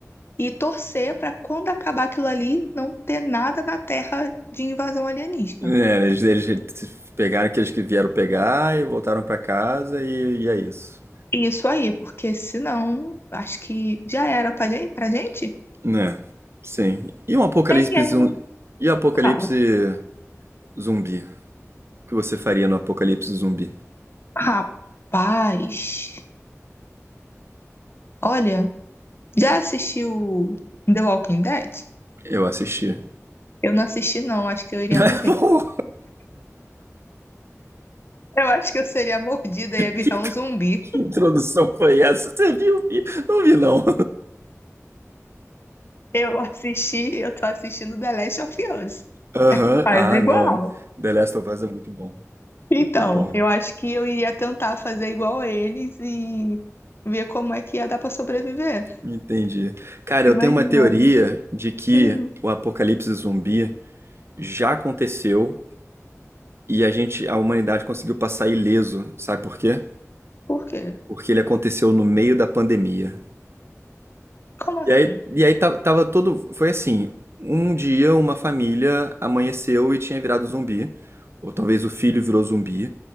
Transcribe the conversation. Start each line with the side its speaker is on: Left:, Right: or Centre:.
Left: e torcer para quando acabar aquilo ali não ter nada na terra de invasão alienígena.
Right: É, eles, eles pegaram aqueles que vieram pegar e voltaram pra casa e, e é isso.
Left: Isso aí, porque senão acho que já era pra gente, pra gente?
Right: Né, sim. E um apocalipse
Left: Quem é?
Right: zumbi? E o apocalipse
Left: Fala.
Right: zumbi? O que você faria no apocalipse zumbi?
Left: Rapaz, olha, já assistiu The Walking Dead?
Right: Eu assisti.
Left: Eu não assisti, não, acho que eu iria
Right: <laughs>
Left: morrer.
Right: Pô,
Left: Eu acho que eu seria mordida e ia virar
Right: que,
Left: um zumbi.
Right: que introdução foi essa? Você viu? Não vi, não.
Left: Eu assisti, eu tô assistindo The Last of Us.
Right: Aham.
Left: Faz
Right: Ah,
Left: igual.
Right: não. The Last of Us é muito bom.
Left: Então,
Right: Muito bom.
Left: eu acho que eu iria tentar fazer igual a eles e ver como é que ia dar pra sobreviver.
Right: Entendi. Cara, eu
Left: Imagina.
Right: tenho uma teoria de que
Left: Hum,
Right: o apocalipse zumbi já aconteceu e a gente, a humanidade conseguiu passar ileso. Sabe por quê?
Left: por quê?
Right: Porque ele aconteceu no meio da pandemia.
Left: Como assim?
Right: E aí, e aí ta- tava todo. Foi assim: um dia uma família amanheceu e tinha virado zumbi, ou talvez o filho virou zumbi.